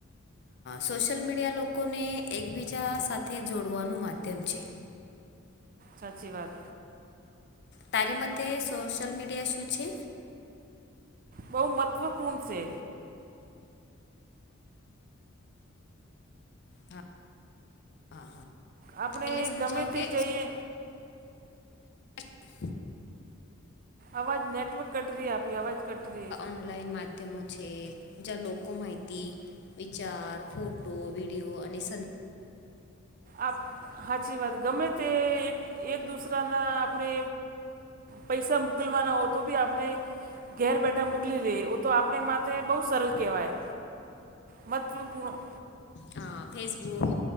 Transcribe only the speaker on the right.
સાચી વાત
બહુ મહત્ત્વપૂર્ણ છે
આપણે
ગમે તે
જઈએ
અવાજ નેટવર્ક કટ ર આપે અવાજ કટ ર
આપ સાાચી વાત ગમે તે એક એક દુસરાના આપણે પૈસા મોકલવાના હો તો બી આપણે ઘેર બેઠા મોકલી લે તો આપણે માટેથે બહુ સરળ કહેવાય મહત્ત્વપૂર્ણ